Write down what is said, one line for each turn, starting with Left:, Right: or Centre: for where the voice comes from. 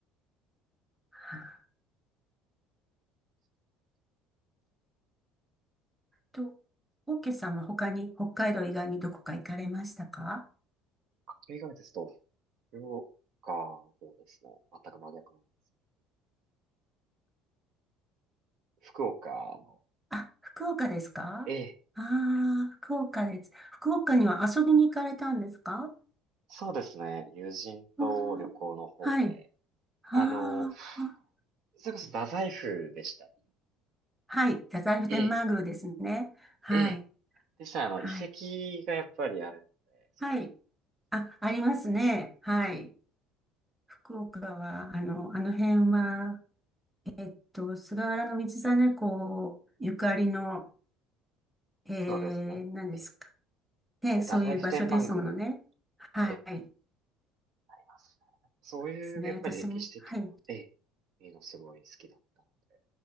Centre: はいと、オーケーさんは他に、北海道以外にどこか行かれましたか
Right: 例えがですと、福岡の方ですね。全く真逆なんです。福岡の、
Centre: あ、福岡ですかああー、
Right: ええ、
Centre: 福岡です。福岡には遊びに行かれたんですか
Right: そうですね。友人と旅行の方で、
Centre: うんはい。ああ、
Right: あの、それこそ太宰府でしたり、
Centre: はい。太宰府天満宮ですね。
Right: ええ、
Centre: はい。
Right: ええ、でしたらあの、
Centre: はい。
Right: 遺跡がやっぱりあるので、それ
Centre: はい。あ、ありますね。はい。福岡は、あの、あの辺は、えっと、菅原道真公ゆかりの、えー、
Right: そうですね。
Centre: 何ですか。
Right: ええ、
Centre: ね、
Right: で太宰府天満宮、
Centre: そういう場所ですものね。はい。
Right: ええ、
Centre: で
Right: ありますね。そういうやっぱり歴史的な、
Centre: すね。私も、はい。
Right: ええ、いいのすごい好きだったので。